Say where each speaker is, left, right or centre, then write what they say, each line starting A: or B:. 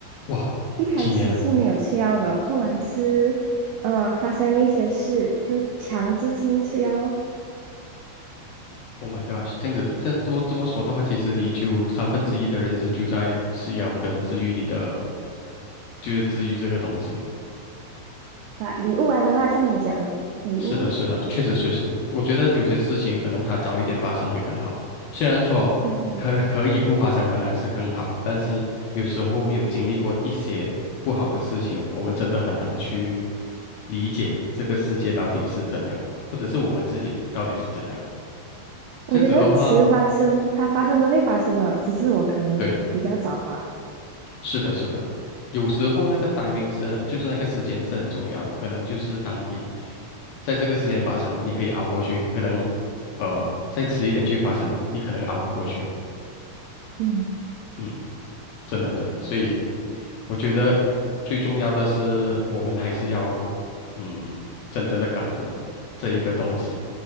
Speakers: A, on the left; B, on the right.
A: 哇，
B: 一开始是没有吃药的，
A: 几年了
B: 后来是，呃，发生了一些事，就强制性吃药哦，
A: ？Oh my g o d 这样子的，这这么这么说的话，其实你就三分之一的人生就在吃药跟治愈你的，就是治愈这个东西。
B: 把礼物来的话，像你讲礼物哦，
A: 是的，是的，确实确实，我觉得有些事情可能它早一点发生会更好。虽然说可可以不发生，
B: 嗯，
A: 当然是更好，但是有时候没有经历过一些不好的事情，我们真的很难去理解这个世界到底是怎样，或者是我们自己到底是怎样。
B: 我觉得迟发生，
A: 这样子的话，
B: 它发生都会发生的，只是我可能比较早吧。
A: 对。是的，是的，有时候那个 timing 是，就是那个时间是很重要的。可能就是当你在这个时间发生，你可以熬过去；可能呃再迟一点去发生，你可能熬不过去。
B: 嗯，
A: 嗯。真的真的，所以我觉得最重要的是，我们还是要嗯，真正的感恩这一个东西。